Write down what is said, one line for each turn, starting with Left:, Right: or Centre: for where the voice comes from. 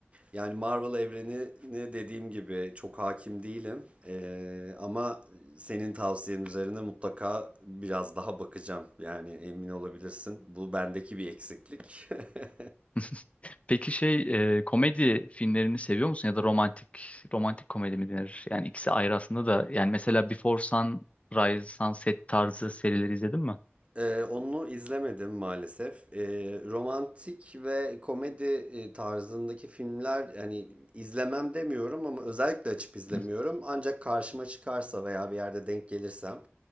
Right: yani Marvel evrenine dediğim gibi çok hakim değilim. Ee, ama senin tavsiyen üzerine mutlaka biraz daha bakacağım. Yani emin olabilirsin. Bu bendeki bir eksiklik. <laughs>
Left: <laughs> Peki şey e, komedi filmlerini seviyor musun ya da romantik romantik komedi mi denir? Yani ikisi ayrı aslında da yani mesela Before Sunrise, Sunset tarzı serileri izledin mi?
Right: Eee, onu izlemedim maalesef. Eee, romantik ve komedi e, tarzındaki filmler yani izlemem demiyorum ama özellikle açıp izlemiyorum.
Left: Hı.
Right: Ancak karşıma çıkarsa veya bir yerde denk gelirsem